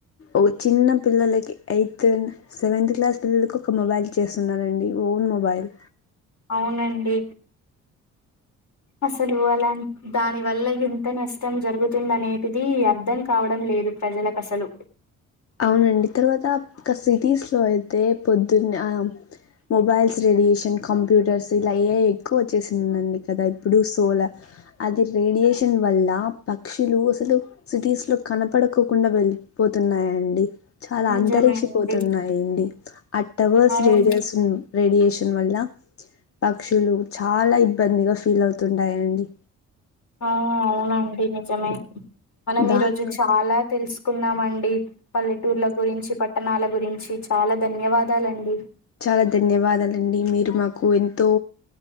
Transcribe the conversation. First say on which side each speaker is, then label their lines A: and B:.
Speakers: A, on the left; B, on the left.
A: ఒగ చిన్న పిల్లలకి ఎయిత్ సెవెంత్ క్లాస్ పిల్లలకి ఒక మొబైల్ చేస్తున్నండి ఓన్ మొబైల్
B: అవునండి అసలు అలాన్ దాని వల్ల ఇంత నష్టం జరుగుతుంది అనేటిది అర్థం కావడం లే లేదు ప్రజలకు అసలు
A: అవునండి తర్వాత క సిటీస్లో అయితే పొద్దున్న మొబైల్స్ రేడియేషన్ కంప్యూటర్స్ ఇలా ఏ ఐ ఎక్కువ వచ్చేసిందండి కదా ఇప్పుడు సోలార్ అది రేడియేషన్ వల్ల పక్షులు అసలు సిటీస్ లో కనపడకోకుండా వెళ్ళి పోతున్నాయ్ అండి చాలా
B: నిజమే
A: అంతరిక్ష
B: అండి
A: పోతున్నాయండి ఆ టవర్స్
B: అవును
A: రేడియస్ ను రేడియేషన్ వల్ల పక్షులు చాలా ఇబ్బందిగా ఫీల్ అవుతుంటాయండి
B: ఆ అవునండి నిజమే మనం
A: దాని
B: ఈ రోజు చాలా తెలుసు కున్నామండి పల్లెటూర్ల గురించి పట్టణాల గురించి చాలా ధన్యవాదాలండి
A: చాలా ధన్యవాదాలండి మీరు మాకు ఎంతో